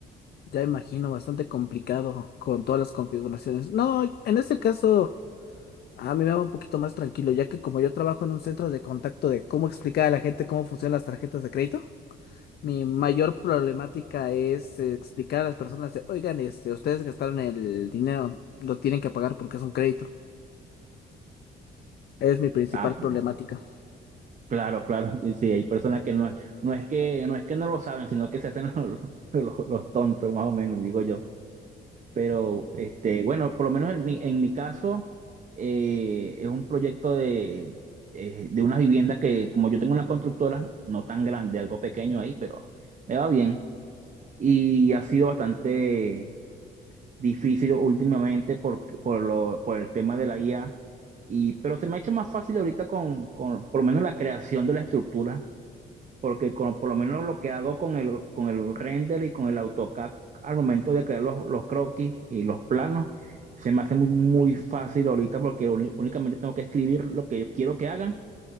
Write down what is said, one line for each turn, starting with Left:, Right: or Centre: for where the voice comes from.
Left: Ya imagino, bastante complicado con todas las configuraciones. No, en ese caso, a mí me va un poquito más tranquilo, ya que como yo trabajo en un centro de contacto de cómo explicar a la gente cómo funcionan las tarjetas de crédito, mi mayor problemática es eh, explicar a las personas de, oigan, este, ustedes gastaron el dinero, lo tienen que pagar porque es un crédito. Es mi principal
Right: Ah,
Left: problemática.
Right: Claro, claro, y sí, hay personas que no, no es que no es que no lo saben, sino que se hacen los, <laughs> los- los tontos, más o menos, digo yo. Pero este, bueno, por lo menos en mi, en mi caso, eh, es un proyecto de, eh, de unas viviendas que, como yo tengo una constructora, no tan grande, algo pequeño ahí, pero me va bien. Y ha sido bastante difícil últimamente por, por lo, por el tema de la IA, y, pero se me ha hecho más fácil ahorita con, con por lo menos la creación de la estructura porque con- por lo menos lo que hago con el, con el render y con el AutoCAD al momento de crear los, los croquis y los planos, se me hace muy, muy fácil ahorita porque uni- únicamente tengo que escribir lo que yo quiero que hagan